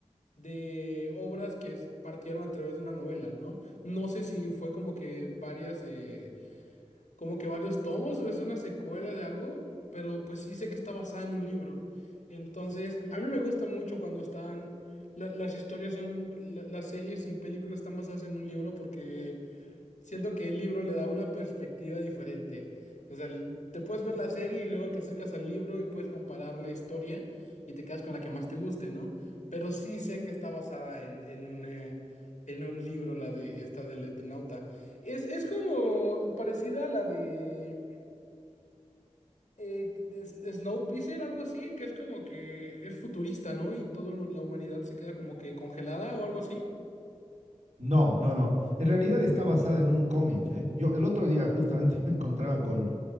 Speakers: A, on the left (about 85°); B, on the right (about 70°).
A: de obras que es- partieron a través de una novela, ¿no? No sé si fue como que varias eh, como que varios tomos, o es una secuela de algo, pero pues sí sé que está basada en un libro. Entonces, a mí me gusta mucho cuando están, la- las historias son, la- las series y películas están basadas en un libro porque Siento que el libro le da una perspectiva diferente. O sea, l- te puedes ver la serie y luego te acercas al libro y puedes comparar la historia y te quedas con la que más te guste, ¿no? Pero sí sé que está basada en, en un, eh, en un libro, la de esta del Eternauta. Es, es como parecida a la de, eh, de S- Snowpiercer, algo así, que es como que es futurista, ¿no? Y toda la humanidad se queda como que congelada o algo así.
B: No, no, no. En realidad está basada en un cómic, ¿eh? Yo el otro día justamente <laughs> me encontraba con,